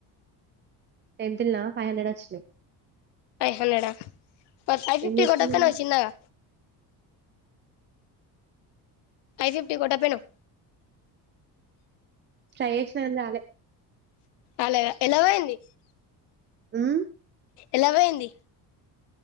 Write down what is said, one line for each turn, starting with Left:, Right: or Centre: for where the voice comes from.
Right: టెన్త్ లనా ఫైవ్ హండ్రెడ్ వచ్చాయి
Left: ఫైవ్ హన్న్రడా ఫైవ్ ఫిఫ్టీ
Right: చేస్తున్నావ్
Left: కొట్టకపోయినవ్ చిన్నగా ఫైవ్ ఫిఫ్టీ కొట్టకపోయినవ్
Right: ట్రై చేసినా కని రాలే
Left: అలా ఎలా పోయింది
Right: హమ్
Left: ఎలా పోయింది